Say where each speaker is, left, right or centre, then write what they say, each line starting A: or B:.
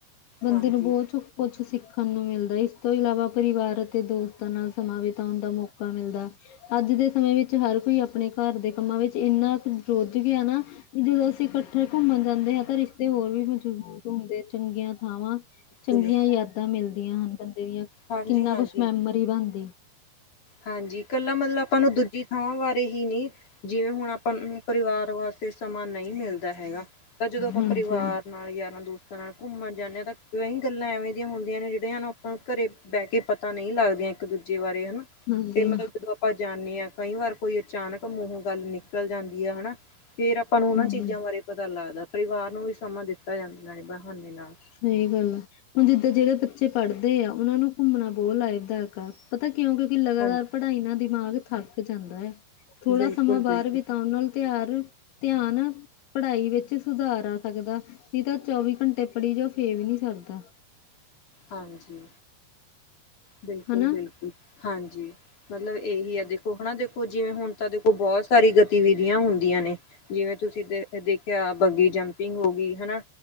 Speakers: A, on the left (about 85°); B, on the left (about 45°).
A: ਬੰਦੇ
B: ਹਾਂਜੀ
A: ਨੂੰ ਬੋਤ ਸਕੂ ਕੁਛ ਸਿੱਖਣ ਨੂੰ ਮਿਲਦਾ ਇਸ ਤੋਂ ਇਲਾਵਾ ਪਰਿਵਾਰ ਅਤੇ ਦੋਸਤਾਂ ਨਾਲ ਸਮਾਂ ਬਿਤਾਣ ਦਾ ਮੌਕਾ ਮਿਲਦਾ। ਅੱਜ ਦੇ ਸਮੇਂ ਵਿੱਚ ਹਰ ਕੋਈ ਆਪਣੇ ਘਰ ਦੇ ਕੰਮਾਂ ਵਿੱਚ ਇੰਨਾ ਕੁ ਰੁੱਝ ਗਿਆ ਨਾ ਵੀ ਜਦੋਂ ਅਸੀਂ ਜਦੋਂ ਘੁੰਮਣ ਜਾਂਦੇ ਆ ਤਾਂ ਰਿਸ਼ਤੇ ਹੋਰ ਵੀ ਮਜਬੂਤ ਹੁੰਦੇ ਚੰਗੀਆਂ ਥਾਵਾਂ ਚੰਗੀਆਂ
B: ਬਿਲ
A: ਯਾਦਾ ਤਾਂ ਮਿਲਦੀਆਂ ਹਨ ਬੰਦੇ ਦੀਆਂ
B: ਹਾਂਜੀ-ਹਾਂਜੀ
A: ਕਿੰਨਾ ਕੁਛ ਮੈਮੋਰੀ ਬਣਦੀ।
B: ਹਾਂਜੀ ਇਕੱਲਾ ਮਤਲਬ ਆਪਾਂ ਨੂੰ ਦੂਜੀ ਥਾਵਾਂ ਬਾਰੇ ਹੀ ਨੀ ਜਿਵੇਂ ਹੁਣ ਆਪਾਂ ਨੂੰ ਪਰਿਵਾਰ ਵਾਸਤੇ ਤੇ ਸਮਾਂ ਨਹੀਂ ਮਿਲਦਾ ਹੈਗਾ ਤਾਂ ਜਦੋਂ ਆਪਾਂ
A: ਹਾਂਜੀ
B: ਪਰਿਵਾਰ ਨਾਲ ਯਾਰਾਂ ਦੋਸ ਨਾਲ ਘੁੰਮਣ ਜਾਂਦੇ ਹਾਂ ਤਾਂ ਵਹੀ ਗੱਲਾਂ ਐਵੇਂ ਦੀਆਂ ਹੁੰਦੀਆਂ ਨੇ ਜੇੜੀਆਂ ਨੂੰ ਘਰੇ ਬੈ ਕੇ ਪਤਾ ਨਹੀਂ ਲੱਗਦੀਆਂ ਇੱਕ ਦੂਜੇ ਬਾਰੇ ਹਨਾ
A: ਹਾਂਜੀ
B: ਤੇ ਮਤਲਬ ਜਦੋਂ ਆਪਾਂ ਜਾਂਦੇ ਹਾਂ। ਕਈ ਵਾਰ ਕੋਈ ਅਚਾਨਕ ਮੂੰਹੋ ਗੱਲ ਨਿਕਲ ਜਾਂਦੀ ਆ ਹਨਾ ਫੇਰ ਆਪਾਂ ਨੂੰ ਉਹਨਾਂ
A: ਹਾਂਜੀ
B: ਚੀਜ਼ਾਂ ਬਾਰੇ ਪਤਾ ਲੱਗਦਾ ਪਰਿਵਾਰ ਨੂੰ ਵੀ ਸਮਾਂ ਦਿੱਤਾ ਜਾਂਦਾ ਬਹਾਨੇ ਨਾਲ।
A: ਸਹੀ ਗੱਲ ਆ। ਹੁਣ ਜਿੱਦਾਂ ਜੇੜੇ ਬੱਚੇ ਪੜ੍ਹਦੇ ਆ ਉਹਨਾਂ ਨੂੰ ਘੁੰਮਣਾ ਬੋਤ ਲਾਬਦਾਏਕ ਆ ਹੈ ਪਤਾ ਕਿਉਂ? ਕਿਉਕਿ ਲਗਾਤਾਰ
B: ਹਾਂਜੀ
A: ਪੜ੍ਹਾਈ ਨਾਲ ਦਿਮਾਗ ਥੱਕ ਜਾਂਦਾ ਏ। ਥੋੜਾ
B: ਬਿਲਕੁਲ
A: ਸਮਾਂ ਬਾਰ
B: ਬਿਲਕੁਲ
A: ਬਿਤਾਣ ਨਾਲ ਤਿਆਰ ਧਿਆਨ ਪੜ੍ਹਾਈ ਵਿੱਚ ਸੁਧਾਰ ਆ ਸਕਦਾ। ਨਹੀਂ ਤਾਂ ਚੌਵੀ ਘੰਟੇ ਕੜੀ ਜੋ ਫੇ ਵੀ ਨਹੀਂ ਸਰਦਾ।
B: ਹਾਂਜੀ। ਬਿਲਕੁਲ,
A: ਹਨਾ
B: ਬਿਲਕੁਲ। ਹਾਂਜੀ। ਮਤਲਬ ਇਹੀ ਹੈ ਦੇਖੋ ਹਨ ਨਾ ਦੇਖੋ। ਜਿਵੇਂ ਹੁਣ ਤਾਂ ਦੇਖੋ ਬੋਤ ਸਾਰੀ ਗਤੀਵਿਧੀਆਂ ਹੁੰਦੀਆਂ ਨੇ। ਜਿਵੇਂ ਤੁਸੀਂ ਦੇ ਦੇਖਿਆ ਬੱਗੀ ਜੰਪਿੰਗ ਹੋ ਗਈ ਹਨਾ।